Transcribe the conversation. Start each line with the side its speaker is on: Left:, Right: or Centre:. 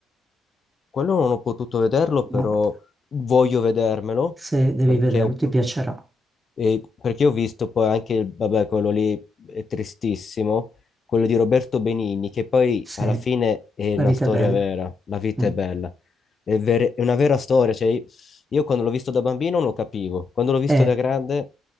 Left: Quello non ho potuto vederlo, però
Right: No,
Left: voglio vedermelo,
Right: se devi
Left: perché
Right: vederlo,
Left: ho,
Right: ti piacerà.
Left: e- perché ho visto poi anche, vabbè, quello lì è tristissimo, quello di Roberto Benigni, che poi
Right: Sì,
Left: alla fine è
Right: la
Left: una
Right: vita
Left: storia
Right: è bella.
Left: vera, la vita
Right: Mm.
Left: è bella. È, ver- è una vera storia, cioè io quando l'ho visto da bambino non lo capivo, quando l'ho visto
Right: Eh,
Left: da grande